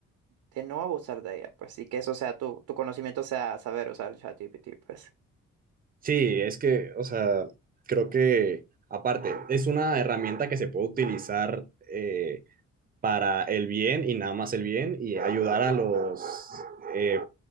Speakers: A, on the right (about 75°); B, on the right (about 30°).
A: de no abusar de ella, pues, y que eso sea tu, tu conocimiento sea saber usar ChatGPT, pues.
B: Sí, es que, o sea, creo que aparte es una herramienta que se puede utilizar eh, para el bien y nada más el bien y ayudar a los, eh,